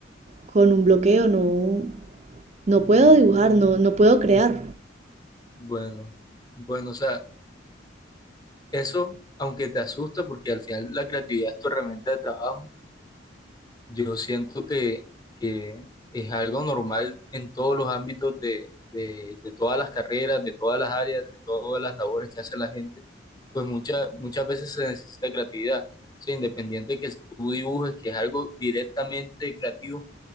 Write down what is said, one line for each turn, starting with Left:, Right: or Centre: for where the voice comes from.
Right: con un bloqueo, no, no puedo dibujar, no, no puedo crear.
Left: Bueno, bueno, o sea, eso, aunque te asusta, porque al final la creatividad es tu herramienta de trabajo Yo siento que, que es algo normal en todos los ámbitos de, de- de todas las carreras, de todas las áreas, de todas las labores que hace la gente, pues muchas muchas veces se necesita creatividad. O sea, independiente de que tú dibujes, que es algo directamente creativo,